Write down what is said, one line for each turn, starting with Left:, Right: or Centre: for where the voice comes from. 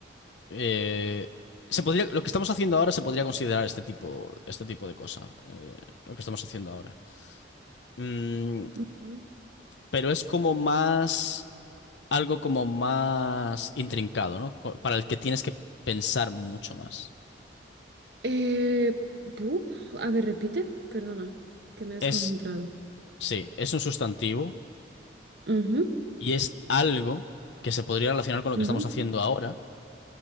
Left: eh, se podría, lo que estamos haciendo ahora se podría considerar este tipo, este tipo de cosa. eh, lo que estamos haciendo ahora. Mm,
Right: Ujú.
Left: pero es como más... algo como más intrincado, ¿no? Co- Para el que tienes que pensar mucho más.
Right: Eh, buf, a ver, repite, perdona, que me he desconcentrado.
Left: Es, sí, es un sustantivo
Right: Ujú,
Left: y es algo que se podría relacionar con lo
Right: ujú.
Left: que estamos haciendo ahora,